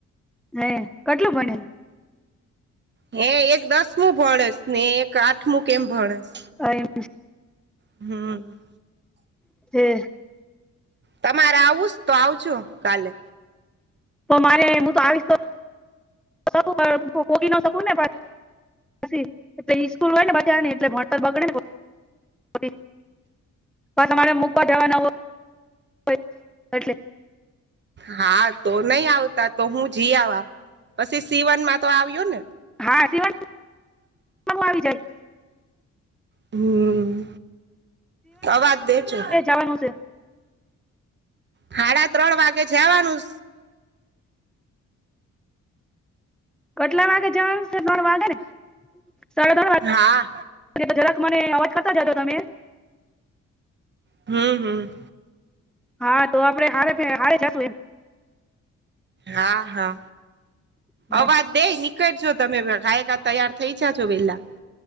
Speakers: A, in the centre; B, on the right.
A: હે કેટલું ભને?
B: હે એક દસમું ભણેસ ને એક આઠમું કેમ ભણેસ.
A: ક. <unintelligible>
B: હમ.
A: છે
B: તમારે આવુંસ તો આવજો કાલે.
A: તો મારે હું તો આવીશ તો પોગી ન શકું ને પછી <unintelligible> પછી એટ ઈસ્કૂલ હોય ને બધાને એટલે ભણતર બગડે ને. તમારે મૂકવા જવા નવ એટ <unintelligible>
B: હા તો નહી આવતા તો હું જી આવા, પછી સીવનમાં તો આવ્યો ને?
A: હા સિવાય આવી જાય.
B: હમ, આવાજ દે છે.
A: વાનું છે.
B: સાડા ત્રણ વાગે જવાનું.
A: કેટલા વાગે જવાનું છે ત્રણ વાગે ને? સાડા ત્રણ વાગે.
B: હા
A: અને જરાક મને અવાજ કરતા જાજો તમે.
B: હમ હમ.
A: હા તો આપડે હારે હારે જાતું.
B: હા હા
A: એમ
B: અવાજ. તે હીકળજો તમે ગાયકા તૈયાર થઈ જા છો પેલા.